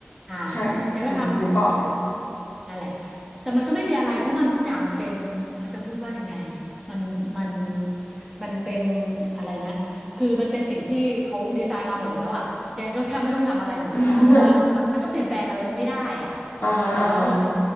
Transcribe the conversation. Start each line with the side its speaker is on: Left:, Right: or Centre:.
Centre: อ่า
Left: ใช่ใช่นึกออก
Centre: เจงก็ทำอยู่ นั่นแหละแต่มันก็ไม่มีอะไรเพราะมันทุกอย่างมันเป็นเขาจะพูดว่ายังไงมันมันมันเป็นอะไรนะคือมันเป็นสิ่งที่เขาดีไซน์มาหมดแล้วอ่ะแจงก็แทบไม่ต้องทำอะไรอยู่แล้วอ่ะเพราะว่ามันมันก็เปลี่ยนแปลงอะไรไม่ได้อ่ะ
Left: <laughs> อ่าฮะอ่าฮะ
Centre: แล้วที่